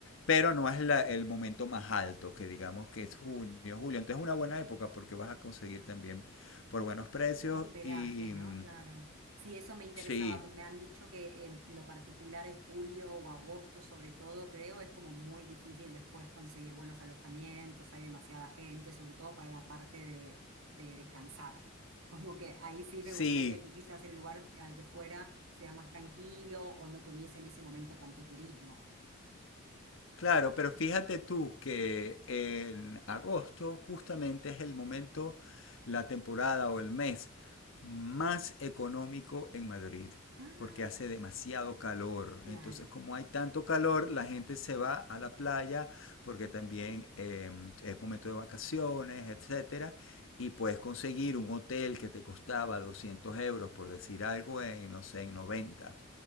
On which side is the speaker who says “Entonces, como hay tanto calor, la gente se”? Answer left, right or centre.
Left